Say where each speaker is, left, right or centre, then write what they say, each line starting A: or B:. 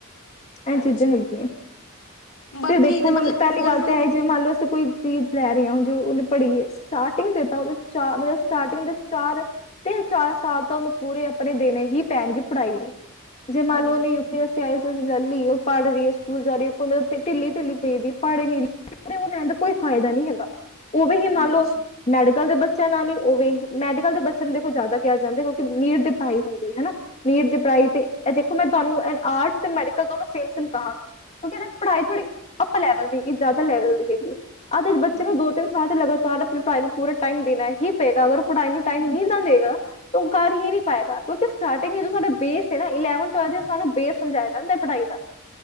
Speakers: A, on the left; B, on the left.
A: ਐਹ
B: ਹਾਂਜੀ
A: ਚੀਜ਼ਾਂ ਹੈਗੀਆਂ,
B: ਬਾਕੀ
A: ਤੇ ਦੇਖੋ
B: ਨੇ ਮਤਲਬ
A: ਹੁਨ ਪੈਲੀ
B: ਉਹਨੂੰ
A: ਗੱਲ ਤਾਂ ਐ ਜਿਵੇਂ ਮੰਨ ਲੋ ਅਸੀਂ ਕੋਈ ਚੀਜ਼ ਲੈ ਰੀਐ, ਉਨ ਜੋ ਉਨੇ ਪੜ੍ਹੀਐ, ਸਟਾਟਿੰਗ ਦੇ ਤਾਂ ਓਨੂੰ ਚਾਰ, ਮਲਬ ਸਟਾਟਿੰਗ ਦੇ ਚਾਰ ਤਿੰਨ-ਚਾਰ ਸਾਲ ਤਾਂ ਓਨੂੰ ਪੂਰੇ ਆਪਣੇ ਦੇਨੇ ਹੀ ਪੈਨਗੇ ਪੜ੍ਹਾਈ ਨੂੰ, ਜੇ ਮੰਨ
B: ਹਾਂਜੀ,
A: ਲੋ ਓਨੇ ਯੂਪ ਪੀ ਐਸੀ, ਆਈ ਏ ਐਸ ਲੈ ਲੀ ਏ, ਓ ਪੜ੍ਹ ਰੀ ਏ, ਸਕੂਲ ਜਾ ਰੀ ਐ, ਪ ਮਲਬ ਫਿ ਢਿੱਲੀ-ਢਿੱਲੀ ਪਈ ਦੀ ਏ, ਪੜੇ ਈ ਨੀ ਰੀ। <unintelligible> ਓ ਲੈਣ ਦਾ ਕੋਈ ਫਾਇਦਾ ਨੀ ਹੈਗਾ, ਓ ਵੀ ਹੀ
B: ਹਾਂਜੀ,
A: ਮੰਨ ਲੋ ਮੈਡੀਕਲ ਦੇ ਬੱਚਿਆਂ ਨਾਲ ਹੀ ਓ ਵੀ, ਮੈਡੀਕਲ ਦੇ ਬੱਚਿਆਂ ਦੇ ਨੂੰ ਦੇਖੋ ਜਾਦਾ ਕਿਹਾ ਜਾਂਦਾ, ਕਿਉਂਕਿ ਨੀਟ ਦੇ ਪੜਾਈ ਹੁੰਦੀ, ਹੈਨਾ। ਨੀਟ ਦੀ ਪੜਾਈ ਤੇ, ਐਹ ਦੇਖੋ ਮੈਂ ਤੁਹਾਨੂੰ ਐ ਆਰਟਸ ਤੇ ਮੈਡੀਕਲ ਦੋਨੋ ਸੇਮ-ਸੇਮ ਕਹਾਂਗੀ। ਕਿਉਂਕਿ ਏਦੇ ਚ ਪੜ੍ਹਾਈ ਥੋੜੀ ਅੱਪਰ ਲੈਵਲ ਦੀ ਹੈਗੀ ਜ਼ਿਆਦਾ ਲੈਵਲ ਦੀ ਹੈਗੀ ਏ। <unintelligible> ਬੱਚਾ
B: ਹਾਂਜੀ।
A: ਨਾ ਦੋ-ਤਿੰਨ ਸਾਲ ਤੇ ਲਗਾਤਾਰ ਆਪਣੀ ਪੜਾਈ ਨੂੰ ਪੂਰਾ ਟਾਈਮ ਦੇਣਾ ਹੀ ਪਏਗਾ ਅਗਰ ਓ ਪੜਾਈ ਨੂੰ ਟਾਈਮ ਨ‌ਈ ਨਾ ਦੇਗਾ ਤਾਂ ਓ ਕਰ ਹੀ ਨੀ ਪਏਗਾ ਕਿਉਂਕਿ ਟਾਰਟਿੰਗ ਏ ਜੋ ਸਾਡਾ ਬੇਸ ਐ ਨਾ ਇਲੈਵਨ-ਟਵੈਲਵ ਚ ਸਾਨੂੰ ਬੇਸ ਸਮਝਾਇਆ ਜਾਂਦਾ ਪੜਾਈ ਦਾ।